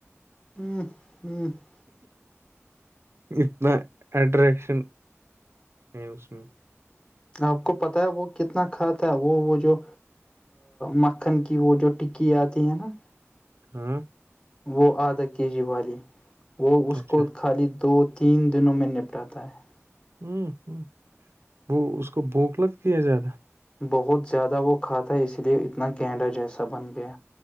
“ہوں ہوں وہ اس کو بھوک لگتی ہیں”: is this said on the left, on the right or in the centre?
Right